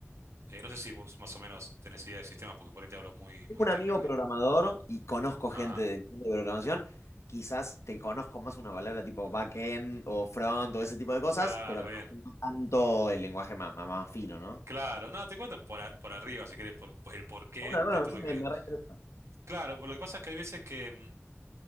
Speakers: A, on the right; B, on the left.
A: Eh, no sé si mus- más o menos tenés idea de sistemas, porque por ahí te hablo muy,
B: Tengo
A: muy
B: un
A: técnico.
B: amigo programador
A: Y...
B: y conozco
A: Ajá.
B: gente del mundo de programación. Quizás te conozco más una palabra tipo backend o front o ese tipo de cosas,
A: Claro,
B: pero capaz
A: bien.
B: que no tanto el lenguaje más, más, más fino, ¿no?
A: Claro, no, te cuento por, a- por arriba, si querés, por, por el por qué
B: Una, una,
A: de tuve
B: me,
A: que...
B: me reinteresa.
A: Claro, por lo que pasa es que hay veces que, mm,